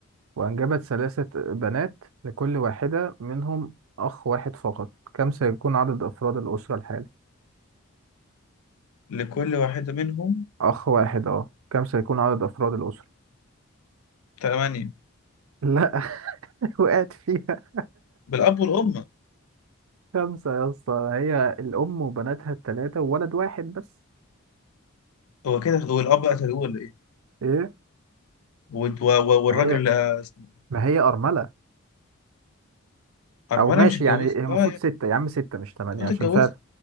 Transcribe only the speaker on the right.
وأنجبت ثلاثة بنات لكل واحدة منهم أخ واحد فقط كم سيكون عدد أفراد الأسرة الحالي؟
أخ واحد أه كم سيكون عدد أفراد الأسرة؟
لا <laughs> وقعت فيها
خمسة يا اسطى هي الأم وبناتها التلاتة وولد واحد بس
إيه؟
ما هي
ما هي أرملة
او ماشي
يعني هي المفروض
ستة يا عم ستة مش تمانية
عشان
فعلا